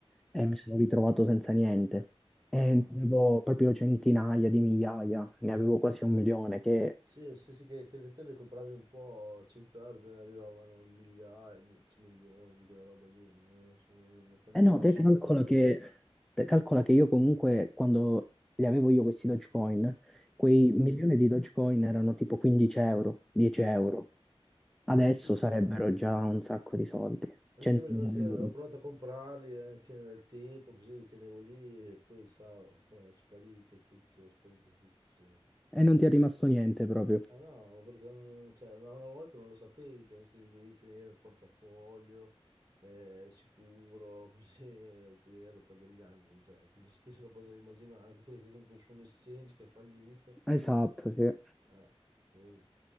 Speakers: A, in the centre; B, on the right.
A: e mi sono ritrovato senza niente. E
B: Ah.
A: ne avevo proprio centinaia di migliaia, ne avevo quasi un milione, che...
B: Sì, sì, sì, che, che le te ne compravi un po', a 100 euro te ne arrivavano migliaia, mi- cioè milioni di quella roba lì, non so, una quantità
A: Eh no,
B: assurda
A: te calcola
B: per
A: che,
B: oggi.
A: te calcola che io comunque, quando li avevo io questi Dogecoin, quei milioni di Dogecoin erano tipo 15 euro, 10 euro. Adesso
B: Sì, sì,
A: sarebbero già un sacco di soldi,
B: anche
A: 100.000
B: io mi ricordo che
A: euro.
B: ho provato a comprarli anche nel tempo, così li tenevo lì e poi sa, sa- spariti e tutto, è sparito tutto, sì.
A: E non ti è rimasto niente proprio.
B: Ah no, ma perché non- cioè, una, una volta non lo sapevi che se li dovevi tenere il portafoglio eh, sicuro, <laughs> così eh, tenerlo per degli anni, cioè, chi, lo- chi se lo poteva immaginare, anche tu l'hai tenuto su un exchange che è fallito,
A: Esatto, sì.
B: eh, vedi,